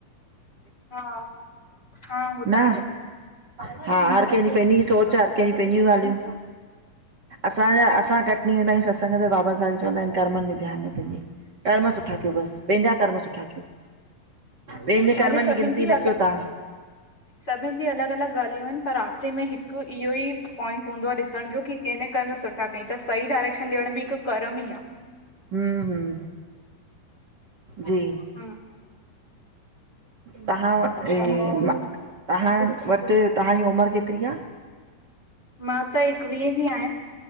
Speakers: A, on the left; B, on the right.
A: हा। हा ॿुधाहि।
B: न हा, हर कंहिंजी पंहिंजी सोच हर कंहिंजी पहिंजियूं ॻाल्हियूं। असांजा असां कटनी वेंदा आहियूं सत्संग ते बाबा साहिब चवंदा आहिनि कर्मनि ॾे ध्यानु ॾियो पंहिंजी। कर्म सुठा कयो बसि, पंहिंजा कर्म सुठा कयो। ॿियन जे
A: भले
B: कर्मनि
A: सभिनि
B: जी गिनती न
A: अल
B: कयो तां।
A: सभिनि जी अलॻि अलॻि ॻाल्हियूं आहिनि, पर आख़िरी में हिकु इहो ई पॉइंट हूंदो आ ॾिसण जो की केने कर्म सुठा कई। त सही डायरेक्शन ॾियण बि हिकु कर्म ई आ।
B: हम् हम् जी
A: हम्म
B: तव्हां वट
A: अच्छा
B: ई
A: और
B: मां तव्हां वटि, तव्हांजी उमिरि केतिरी आ?
A: मां त एकवीह जी आहियां।